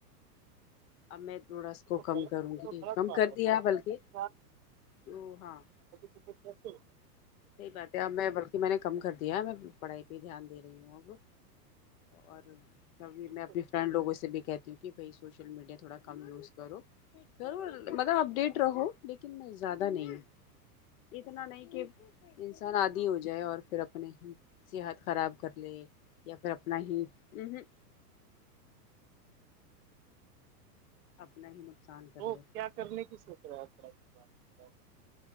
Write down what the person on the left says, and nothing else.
اب میں تھوڑا اس کو
کم
کروں
گی
کم
کر
دیا
بلکہ
او ہاں
صحی بات ہے میں <unintelligible> کہ میں نے کم کر دیا ہے میں پڑھائی پہ دھیان دے رہی ہوں اب اور تبھی
میں اپنی فرینڈ لوگوں سے بھی کہتی ہوں کہ بھائی سوشل میڈیا تھوڑا کم یوز کرو ملب اپ ڈیٹ رہو لیکن میں زیادہ نہیں ہ اتنا نہیں کہ انسان آادی ہو جائے اور پھر اپنے ہی صحت خراب کر لے یا پھر اپنا ہی ہمم‌ہمم اپنا ہی نقصان کر
لے